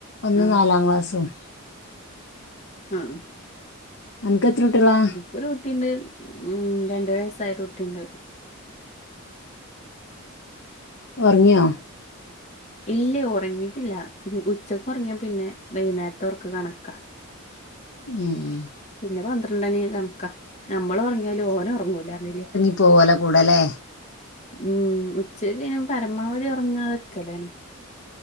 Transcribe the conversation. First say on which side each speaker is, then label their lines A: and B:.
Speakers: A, on the left (about 60°); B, on the left (about 30°).
A: ഒന്ന്
B: ആ
A: നാലാം ക്ലാസ്സും
B: ആഹ്
A: അൻകൊത്രകുട്ടിയേളാ
B: ഒരു കുട്ടിണ്ട് ഉം രണ്ടര വയസ്സായ ഒരു കുട്ടിണ്ട്
A: ഒർങ്ങിയോ
B: ഇല്ലൈ ഒറങ്ങീട്ട്ല്ല ഉംഹു ഉച്ചക്ക് ഒറങ്ങിയാ പിന്നെ വൈക്ന്നേര്ത്തെ ഒർക്ക് കണക്കാ
A: ഏഹ്
B: പിന്നെ പന്ത്രണ്ടണീ കൺക്കാ ഞമ്മളാെർങ്ങിയാലും ഓലൊർങ്ങൂലാര്നിലേ
A: പാെവ്വാെല കൂടലേ
B: ഉം ഉച്ചക്കൈന് പരമാവധി ഒറങ്ങാതൊക്കലാണ്